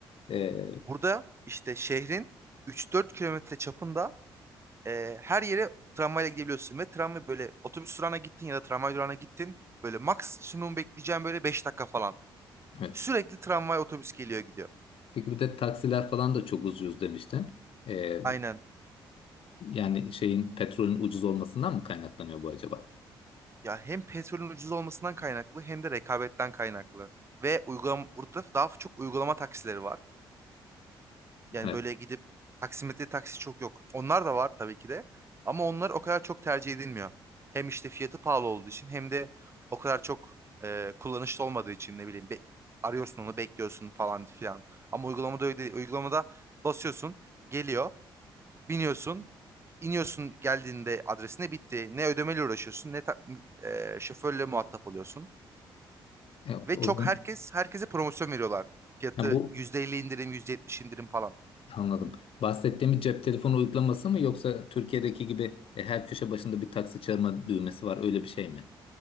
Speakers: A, on the left; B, on the right.
A: Ee,
B: Burada işte şehrin 3-4 kilometre çapında e, her yere tramvayla gidebiliyorsun ve tramvay böyle otobüs durağına gittin ya da tramvay durağına gittin böyle maksimum bekleyeceğim böyle 5 dakika falan.
A: evet.
B: Sürekli tramvay otobüs geliyor gidiyor.
A: Peki bir de taksiler falan da çok ucuz demiştin. Ee,
B: Aynen.
A: Yani şeyin petrolün ucuz olmasından mı kaynaklanıyor bu acaba?
B: Ya hem petrolün ucuz olmasından kaynaklı hem de rekabetten kaynaklı. Ve uygulam burada daha çok uygulama taksileri var. Yani
A: Evet.
B: böyle gidip taksimetre taksi çok yok. Onlar da var tabii ki de. Ama onlar o kadar çok tercih edilmiyor. Hem işte fiyatı pahalı olduğu için hem de o kadar çok e, kullanışlı olmadığı için ne bileyim be- arıyorsun onu bekliyorsun falan filan. Ama uygulamada öyle değil. Uygulamada basıyorsun geliyor biniyorsun iniyorsun geldiğinde adresine bitti. Ne ödemeyle uğraşıyorsun ne ta- e, şoförle muhatap oluyorsun.
A: E,
B: Ve çok
A: o zaman
B: herkes herkese promosyon veriyorlar. Fiyatı
A: ya bu
B: %50 indirim %70 indirim falan.
A: anladım. Bahsettiğimiz cep telefonu uygulaması mı yoksa Türkiye'deki gibi e, her köşe başında bir taksi çağırma düğmesi var öyle bir şey mi?